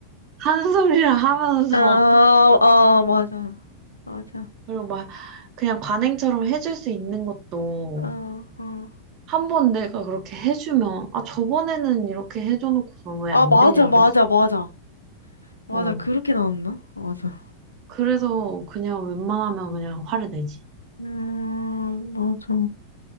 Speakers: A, on the right; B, on the left.
A: 한 소리를 하면서
B: 아,
A: <laughs>
B: 아, 맞아. 맞아.
A: 그리고 막 그냥 관행처럼 해줄 수 있는 것도
B: 어, 어.
A: 한 번 내가 그렇게 해주면, 아, 저번에는 이렇게 해줘놓고서 왜
B: 아,
A: 안
B: 맞아,
A: 되냐, 이럴
B: 맞아,
A: 수.
B: 맞아. 맞아,
A: 어.
B: 그렇게 나왔나? 맞아.
A: 그래서 그냥 웬만하면 그냥 화를 내지.
B: 음, 맞아.